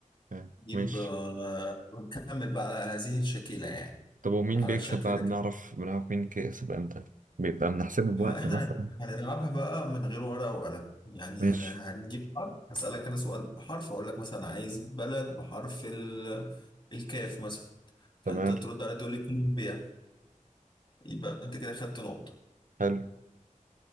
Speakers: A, on the right; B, on the left.
A: فاهم
B: نجيب
A: ماشي
B: آه، ونكمل بقى على هذه الشكلة يعني
A: طب ومين
B: على
A: بيكسب
B: الشكل
A: بقى بنعرف
B: ده
A: بنعرف مين كسب امتى بيبقى بنحسبه بوقت
B: ما احنا
A: مثلا
B: هنلعبها بقى من غير ورقة وقلم يعني
A: ماشي
B: هن... هنجيب حرف هسألك انا سؤال بحرف اقول لك مثلا عايز بلد بحرف ال... الكاف مثلا فانت
A: تمام
B: ترد عليا تقول لي كولومبيا يبقى انت كده خدت نقطة
A: حلو